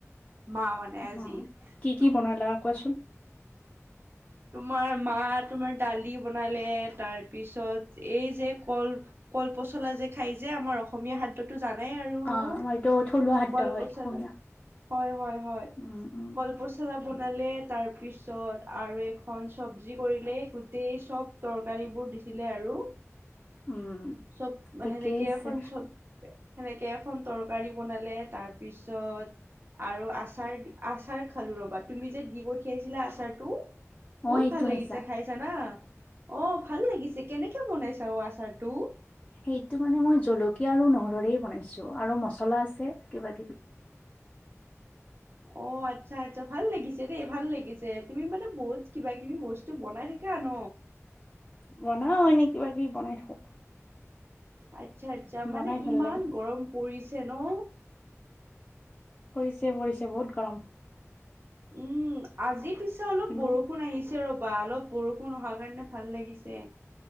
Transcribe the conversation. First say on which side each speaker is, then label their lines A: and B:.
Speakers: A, on the right (about 50°); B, on the left (about 20°).
A: মা মানে আজি
B: অ কি
A: তুম
B: কি বনালা কোৱাচোন
A: তোমাৰ মা তোমাৰ দালি বনালে তাৰপিছত এই যে ক'ল ক'ল পচলা যে খাই যে আমাৰ অসমীয়া খাদ্যতো জানাই আৰু
B: অ
A: ন
B: আমাৰতো থলুৱা খাদ্য
A: কলপচলা
B: হয় অসমীয়া
A: হয় হয়
B: উম উম
A: কলপচলা বনালে তাৰপিছত আৰু এক ঘন চব্জি কৰিলে গোটেই চব তৰকাৰী বোৰ দিছিলে আৰু
B: উম
A: চব
B: ঠিকেই
A: সেনেকে
B: আছে
A: এখন চব সেনেকে এখন তৰকাৰী বনালে তাৰপিছত আৰু আচাৰ আচাৰ খালো ৰবা তুমি যে দি পঠিয়াইছিলা আচাৰ তু বহুত
B: অ এইটো
A: ভাল
B: আহিছা
A: লাগিছে খাই জানা। অ ভাল লাগিছে কেনেকে বনাইছা অ আচাৰটো
B: সেইটো মানে মই জলকী- কীয়া আৰু নহৰোৰেই বনাইছোঁ আৰু মছলা আছে। কিবা কিবি
A: অ আচ্ছা আচ্ছা ভাল লাগিছে দেই ভাল লাগিছে তুমি মানে বহুত কিবা কিবি বস্তু বনাই থাকা ন।
B: বনাও এনেই কিবা কিবি বনাই থাকো।
A: আচ্ছা আচ্ছা মানে
B: বনাই ভাল
A: ইমান
B: লাগে।
A: গৰম পৰিছ- যেনো
B: পৰিছে পৰিছে বহুত গৰম।
A: উম আজি পিছ অলপ
B: কিন্তু
A: বৰষুণ আহিছে ৰ'বা অলপ বৰষ- কোনো অহা নাই নে ভাল লাগিছে।